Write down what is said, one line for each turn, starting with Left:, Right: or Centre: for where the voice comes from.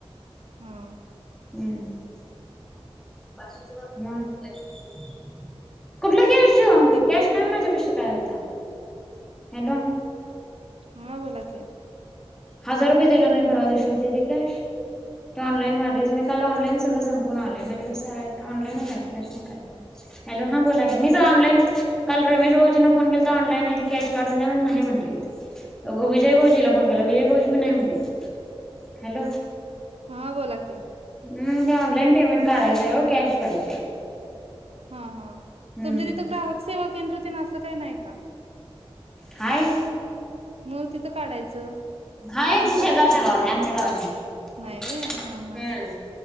Right: हम्.
Centre: हम्. म?
Right: दि
Centre: हॅलो.
Right: हा बोला की.
Centre: हजार रुपये दिलो नाही परवाच्या हुती ती कॅश. तू ऑनलाईन मारलीस, मी काल ऑनलाईन सगळं संपवून आलोय, माझ्या पाशी ऑनलाईनच आहेत कॅश नाही काही. हॅलो हां बोला मीच ऑनलाईन काल रमेश भाऊजीना फोन केलता ऑनलाईन आहे ती कॅश काढून द्या नाही म्हटलीत. विजय भाऊजीला फोन केला, विजय भाऊजी पण नाही म्हणलेत. हॅलो
Right: हा बोला की.
Centre: हम ते ऑनलाईन पेमेंट काढायचय ओ कॅश पाहिजे.
Right: हा हा,
Centre: हम्म
Right: तुमच्या तिथं ग्राहक सेवा केंद्र तेन असं काय नाही का?
Centre: हाय
Right: म तिथं काढायचं.
Centre: हां इथ
Right: अंगठा
Centre: शेजारच्या
Right: दा
Centre: गावात हाय आमच्या गावात नाही
Right: नाही
Centre: हम्.
Right: व्हय हा हा